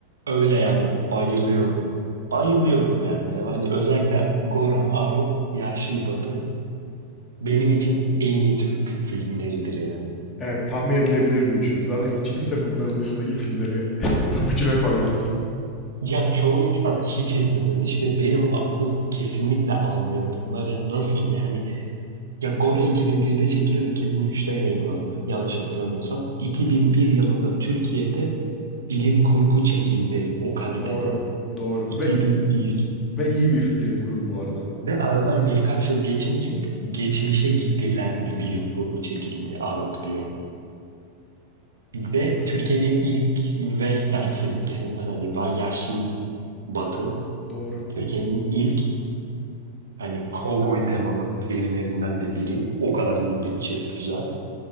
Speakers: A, on the right (about 70°); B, on the left (about 15°).
A: Öyle yani bayılıyorum. Bayılıyorum yani. Hani özellikle Gora, Arop, Yahşi Batı benim için en iyi Türk filmleridir yani.
B: Evet, tahmin edilebilir bir üçlü. Zaten hiç kimse bunların dışındaki filmleri <laughs> top üçüne koymaz.
A: Ya çoğu insan hiç izlememiş ve benim aklım kesinlikle almıyor. Bunlar ya nasıl yani? Ya Gora 2001'de çekilip 2003'te yayınlandı yanlış hatırlamıyorsam. 2001 yılında Türkiye'de bilim kurgu çekildi o kalitede.
B: Doğru. Doğru.
A: 2001.
B: Ve ve iyi bir bilim kurgu bu arada.
A: Ve aradan birkaç yıl geçince geçmişe gidilen bir bilim kurgu çekildi Arok diye. Ve Türkiye'nin ilk western filmlerinden hani Vahşi Batı,
B: Doğru.
A: Türkiye'nin ilk hani kovboy temalı filmlerinden de biri. O kadar iyi bütçeli, güzel.